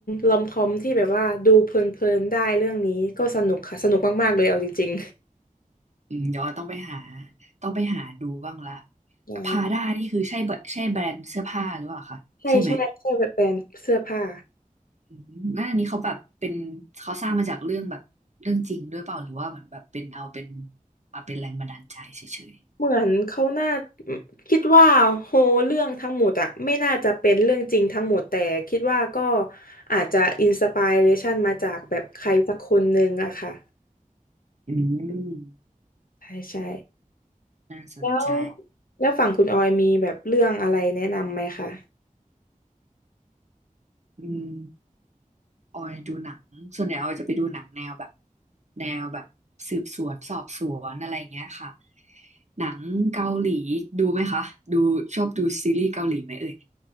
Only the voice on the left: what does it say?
ลอมคอมที่แบบว่าดูเพลินๆได้เรื่องนี้ก็สนุกค่ะสนุกมากๆเลยเอาจริง
ได้
ใช่ใช่ใช่แบบแบรนด์เสื้อผ้า
เหมือนเขาน่าคิดว่าโฮเรื่องทั้งหมดอะไม่น่าจะเป็นเรื่องจริงทั้งหมดแต่คิดว่าก็อาจจะอินสป r เรชันมาจากแบบใครสักคนหนึ่งอะค่ะ
ใช่ใช่
แล้วแล้วฝั่งคุณออยมีแบบเรื่องอะไรแนะนำไหมคะ